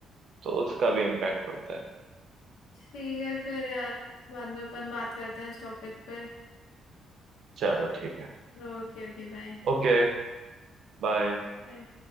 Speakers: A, on the right; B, on the left.
A: तो उसका भी इम्पैक्ट पड़ता है
B: ठीक है फिर यार बाद में अपन बात करते हैं इस टॉपिक पे
A: चलो ठीक है
B: Okay okay bye
A: Okay bye
B: बाय।